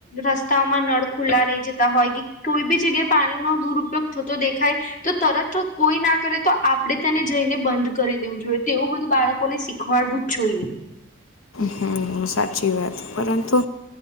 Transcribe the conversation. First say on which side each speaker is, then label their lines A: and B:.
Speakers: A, on the left (about 40°); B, on the left (about 80°).
A: રસ્તાઓમાં નળ ખુલ્લા રહી જતા હોય કે કોઈ બી જગ્યાએ પાણીનો દુરુપયોગ થતો દેખાય તો તરત કોઈ ના કરે તો આપણે તેને જઈને બંધ કરી દેવું જોએ તેવુ બધું બાળકો ને શીખવાડવું જ જોઈએ.
B: હમ સાચી વાત પરંતુ.